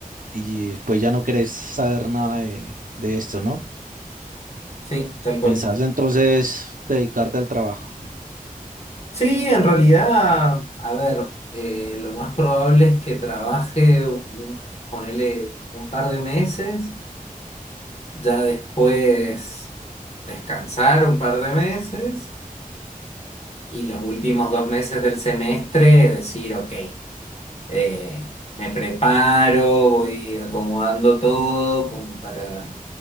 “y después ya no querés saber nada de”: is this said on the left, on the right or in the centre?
Right